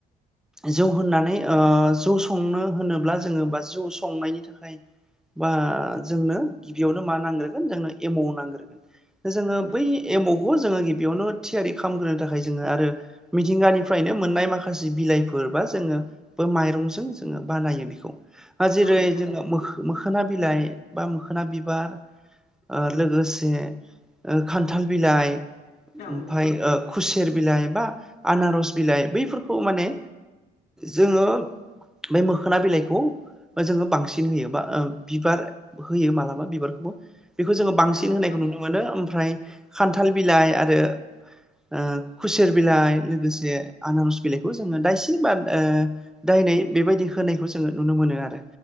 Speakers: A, in the centre; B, on the left.
A: जौ होननानै ओ जौ संनो होनोब्ला जोङो बा जौ संनायनि थाखाय बा जोंनो गिबियावनो मा नांगोनो जोंनो एम नांग्रोगोन जोङो
B: औ नोंथां
A: बै एमावखौ जोङो गिबियावनो थियारि खालामग्रोनो थाखाय जोङो आरो मिथिंगानिफ्रायनो मोननाय माखासे बिलाइफोर बा जोङो बे माइरंजों जोङो बानायो बे जेरै
B: औ नोंथां
A: जोङो मोखोना बिलाइ बा मोखोना बिबार ओ लोगोसे ओ खान्थाल बिलाइ
B: औ नोंथां
A: ओमफफ्राय खुसेर बिलाइ बा आनारस बिलाइ बैफोरखौ माने जोङो बे मोखोना बिलाइखौ जोङो बांसिन होयो ओ बा बिबार होयो मालाबा बिबारखौबो बेखौ जोङो बांसिन
B: औ नोंथां
A: होनायखौ नुनो मोनो ओमफ्राय खान्थाल बिलाइ आरो ओ खुसेर बिलाइ लोगोसे आनारस बिलाइ खौ जोङो दायसिन बा दायनाय बेबायदि होनायखौ जोङो नुनो मोनो आरो